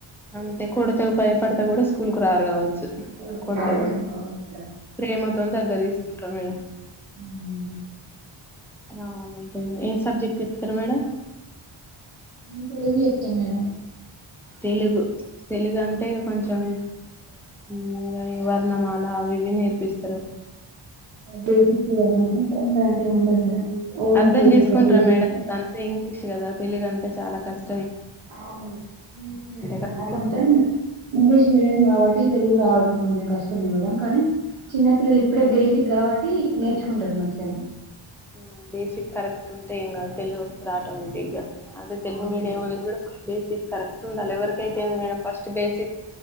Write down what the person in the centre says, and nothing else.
అంతే కొడ్తే భయపడితే గుడా స్కూల్కు రారు కావచ్ చ్చు
కొడ్తే
గుడా
ప్రేమతో దగ్గరకు తీసుకుంటా మేడం
రావాలంటే ఇగ ఏ సబ్జెక్ట్ చెప్తారు మేడం
తెలుగు తెలుగంటే అంటే కొంచెం హు ఇగ వర్ ర్నామాలా అవి ఇవి నేర్పిస్
అర్ధం
చేసుకుంటార
మేడం ఇప్పుడంతా ఇంగ్లీష్ కదా తెలుగు అంటే చాలా కస్
కదా
మేడం?
ఆ బేసిక్ కరెక్ట్ ఉంటే ఏంకాదు తెలుగొస్తది ఆటోమేటిక్ గా అదే తెలుగు
మీడియం
వల్లక్గూడ బేసిక్ కరెక్ట్ ఉండాలి ఎవరికైతే ఎంది madam first basic